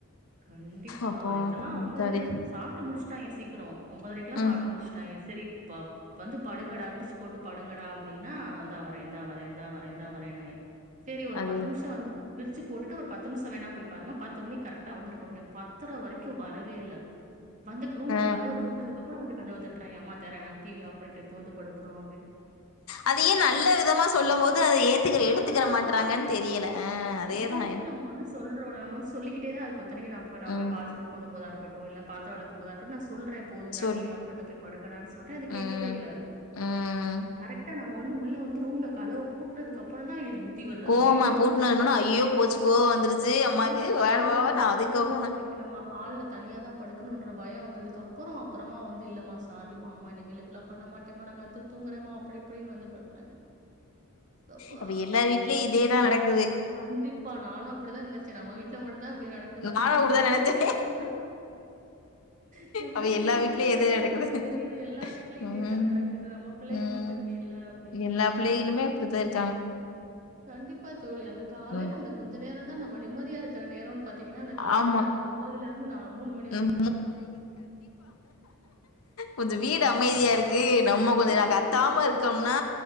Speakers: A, on the right; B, on the left.
A: கண்டிப்பா
B: அப்போ
A: இதெல்லா
B: முத்தாடி
A: வந்து சாப்ட்டு முடிச்சு சீக்கிரம் ஒன்பதுரைக்கும்ல்லா
B: ம்
A: சாப்ட்டு முடிச்சட்டாங்க சரி இப்ப வந்து படுகடா விரிச்சு போட்டு படுங்கடா அப்படின்னா இந்தா வரை இந்தா வர இந்தா வரே இந்தா வரன்னாங்க சரி ஒரு
B: அது
A: பத்து நிமிஷம் வந்து விரிச்சு போட்டுட்டு ஒரு பத்து நிமிஷம் வேணா போய் பாருங்க பத்து மணி கரெக்டா வந்து இருக்கணும் என் பத்தரை வரைக்கு வரவே இல்ல வந்துக்கு ரூம்ல
B: ஆ
A: கதவ பூட்னது அப்புறம் வந்து கதவை தட்டுராங்கா அம்மா தெற நாங்க டிவி ஆஃப் பண்ணிட்டு இப்போ வந்து படு க்ரோ அப்டின்
B: அத ஏ நல்ல விதமா சொல்லும் போது அதை ஏத்துக்க எடுத்துக்கிற
A: அதுதா
B: மாட்டறாங்கன்னு தெரியல அதேதான்
A: இத்தனைக்கு நம்ம வந்து சொல்றோ நம்மந்து சொல்லிக்கிட்டே தான் இருக்கோ இத்தனைக்கு நம் நான்
B: ம்
A: போ பால்சூடு பண்ணும் போத இருக்கு கட்டும் இல்ல பாத்தர வெளக்க போதா இருக்கட்டு நான் சொல்றே போது டா
B: சொல்லு
A: டிவி ஆஃப் பண்ணிட்டு போய் படுங்கடா சொல் ர அதை கேட்கவே
B: ம்
A: இல்ல
B: ம்
A: கரெக்டா நம்ம வந்து உள்ள வந்து ரூம்ல கதவு பூட்னதுக்குப்புறம் தான் அவங்களுக்கு புத் த்தி வருதா
B: கோவமா
A: ஐயயோ
B: போட்டுனு
A: ரூம்ல போய்
B: இருந்தோன
A: கதவை
B: ஐயோ
A: பூட்டிட்டா
B: போச்சு கோவோ வந்துருச்சு அம்மாக்கு
A: ஆமா
B: வாட
A: நீிமல்
B: வாவான்னு
A: நம்மல் இனிம்மா
B: அதுக்கப்புறோ
A: நம்ம
B: நா
A: இன்னைக்கு நம்ம ஹால்ல தனியா தான் படுக்கணும்ன்ற பயம் வந்ததுக்கு அப்புறம் அப்புறமா வந்து இல்லமா சாரிமா அம்மா இனிமல் பண்ண மாட்டமா நாங்க வந்து தூங்கறமா அப்படி இப்படின்னு வந்து படுத்துறாங்க சப்பா
B: அப்ப எல்லார் வீட்லயு இதேதா நடக்குது
A: கண்டிப்பா நானும் அப்படிதான் நினைச் நம்ம வீட்டு வீட்ல மட்டுும்தான் இப்படி நடக்குது
B: நானு
A: ந
B: அப்டிதா
A: நிறைய
B: நெனச்சே
A: கேட்க இந்த மாதிரி
B: அப்ப எல்லா
A: கேட்க
B: வீட்லயு இதே
A: இதுதான்
B: நடக்குது
A: நமக்கு தெரியுது எல்லார் வீடலயும்
B: ம்
A: இதேதான் நடக்குது நம்ம பிள்ளைங்க
B: ம்
A: மட்டும் இப்படி இல்லை அப்படின்னு
B: எல்லா பிள்ளைகளுமே அப்படித்தான் இருக்காங்க
A: கண்டிப்பா தோழி அந்த காலையில
B: ம்
A: அந்த கொஞ்ச நேரம் தான் நம்ம நிம்மதியா இருக்கு சில நேரம்ன்னு பாத்தீங்கன்னா அந்த காலையில
B: ஆமா
A: அந்த ஒன்பதுல இருந்து நான் மூணு மணி
B: ம்
A: வரைக்கு
B: கொஞ்ச வீடு அமைதியா இருக்கு நம்ம கொஞ்ச
A: ம்
B: நா கத்தாம இருக்கம்னா